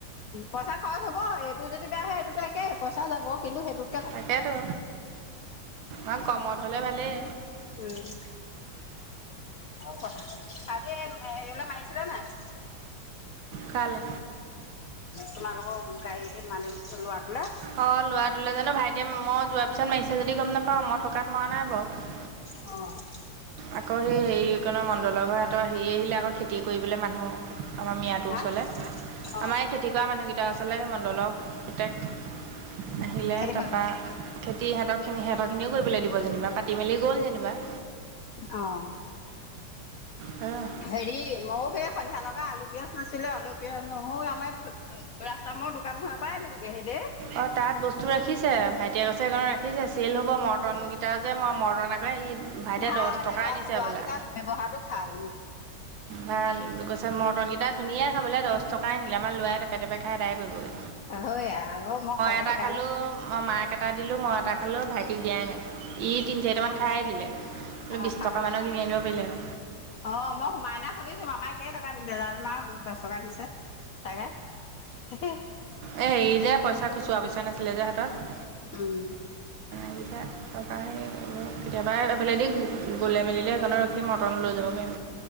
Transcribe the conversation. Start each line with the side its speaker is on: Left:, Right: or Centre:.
Left: পইচা খৰচ হ'ব এইটো যদি বেয়া হয় এইটোতো একে পইচা যাব কিন্তু সেইটোত,
Right: তাকেতো অ কমত হ'লে ভালেই
Left: উম কথা আজি হেৰিয়ালৈ মাৰিছিলা নাই,?
Right: কালে?
Left: তোমালোকৰ গাড়ী মালিক ল'ৰাটোলে
Right: অ', ল'ৰাটোলে জানো ভাইটিয়ে মই যোৱাৰ পিছত মাৰিছে যদি গম নাপাওঁ মই থকাত মৰা নাই বাৰু।
Left: অ'।
Right: আকৌ সেই হেৰি <unintelligible> মণ্ডলৰ ঘৰৰ হেৰি আহিলে আকৌ খেতি কৰিবলৈ মানুহ আমাৰ মিঞাটোৰ
Left: হা
Right: ওচৰলে,
Left: অ
Right: আমাৰ
Left: অ
Right: এই খেতি কৰা মানুহকেইটা ওচৰলে মণ্ডলৰ পুতেক আহিলে,
Left: খেতি
Right: তাৰপা
Left: কৰিব
Right: খেতি সেহঁতৰখিনি, সেহঁতৰখিনিও কৰিবলৈ দিব যেনিবা পাতি মেলি গ'ল যেনিবা।
Left: অ'।
Right: অহ।
Left: হেৰি মইয়ো সেই সন্ধিয়া লগা আলু, পিয়াজ নাছিলে আলু পিয়াজ <unintelligible> আমাৰ ৰাস্তা মূৰৰ দোকানখনৰ পৰাই আনিলেগে সিঁহেতে!
Right: অ', তাত বস্তু ৰাখিছে, ভাইটিয়ে কৈছে সেইকণত ৰাখিছে চেল হ'ব মৰ্টন তাত যে মৰ্টন আকৌ সি ভাইটিয়ে
Left: ভাল
Right: দহ টকা
Left: এই ল'ৰা
Right: নিছে
Left: ল'ৰাকেইটা
Right: বোলে।
Left: ব্যৱহাৰটো ভাল <inaudible>
Right: ভাল কৈছে মৰ্টন কেইটা ধুনীয়া খাবলে দহ টকা নিলে আমাৰ ল'ৰাই টেপেৰ, টেপেৰ খাই তাকে কৰিবগৈ।
Left: হৈয়া অ', মই <unintelligible>
Right: এটা
Left: সেইকাৰণে
Right: খালোঁ মই মাক এটা দিলোঁ, মই এটা খালোঁ ভাইটিক দিয়াই নাই। ই তিনি চাৰিটামান খায়ে দিলে
Left: অ
Right: বিছ
Left: খাবলে
Right: টকা মানৰ
Left: বেয়া
Right: কিনি আনিব পাৰিলে হয়।
Left: অ', মই মাইনাক সুধিছোঁ মামাই কেইটকা দিছে তাৰপা দহটকা দিছে, তাকে। <inaudible>
Right: এ, হেৰি যে পইচা খচুৰা পইচা নাছিলে যে হাতত।
Left: উম।
Right: <inaudible> টকাই কেতিয়াবা এফালেদি গ'লে মেলিলে সেইকণত ৰখি মৰ্টন লৈ যাব পাৰিম।